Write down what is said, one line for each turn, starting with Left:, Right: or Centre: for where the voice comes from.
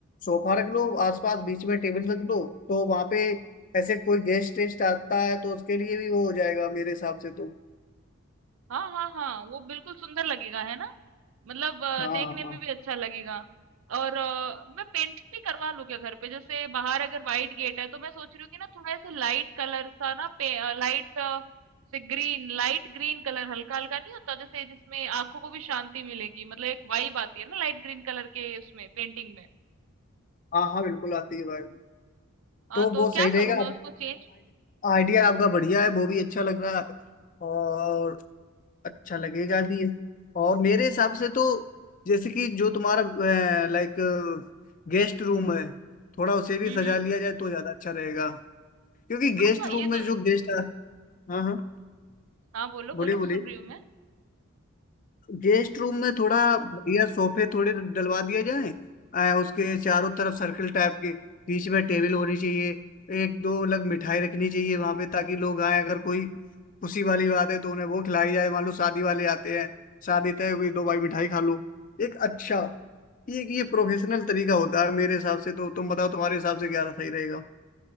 Left: सोफा रख लो आसपास बीच में टेबल रख लो तो वहां पे ऐसे कोई गेस्ट टेस्ट आता है तो उसके लिए भी वो हो जाएगा मेरे हिसाब से तो
Right: हाँ हाँ हाँ वो बिल्कुल सुंदर लगेगा है ना मतलब अ,
Left: हाँ
Right: देखने में
Left: हाँ
Right: भी अच्छा लगेगा और अ, मैं पेंट भी करवा लूं क्या घर पे जैसे बाहर अगर वाइट गेट है तो मैं सोच रही हूँ कि ना थोड़ा ऐसे लाइट कलर सा ना पे लाइट से ग्रीन लाइट ग्रीन कलर हल्का हल्का नहीं होता जैसे जिसमें आंखों को भी शांति मिलेगी मतलब एक वाइब आती है ना लाइट ग्रीन कलर के उसमें पेंटिंग में
Left: हाँ हाँ बिल्कुल आती है भाई
Right: हाँ
Left: तो
Right: तो
Left: वो सही
Right: क्या
Left: रहेगा
Right: करूं मैं उसको चेंज
Left: आइडिया आपका बढ़िया है वो भी अच्छा लग रहा है और अच्छा लगेगा भी और मेरे हिसाब से तो जैसे कि जो तुम्हारा लाइक गेस्ट रूम है थोड़ा उसे भी
Right: हम्म
Left: सजा
Right: हम्म
Left: लिया जाए तो ज्यादा अच्छा रहेगा क्योंकि गेस्ट
Right: हाँ ये
Left: रूम
Right: तो
Left: में जो गेस्ट हाँ हाँ
Right: हाँ बोलो बोलो
Left: बोलिए बोलिए
Right: सुन रही हूँ मैं
Left: गेस्ट रूम में थोड़ा बढ़िया सोफे थोड़े डलवा दिया जाए आ, उसके चारों तरफ सर्कल टाइप के बीच में टेबल होनी चाहिए एक दो अलग मिठाई रखनी चाहिए वहां पे ताकि लोग आए अगर कोई खुशी वाली बात है तो उन्हें वो खिलाई जाए मान लो शादी वाले आते हैं शादी तय हुई दो भाई मिठाई खा लो एक अच्छा ये ये प्रोफेशनल तरीका होता है मेरे हिसाब से तो तुम बताओ तुम्हारे हिसाब से क्या सही रहेगा